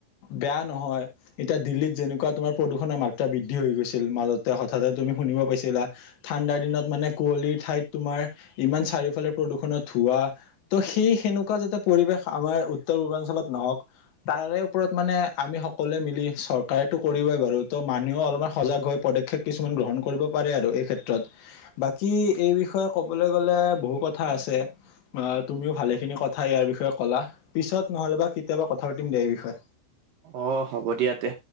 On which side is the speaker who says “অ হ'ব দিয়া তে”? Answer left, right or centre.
Right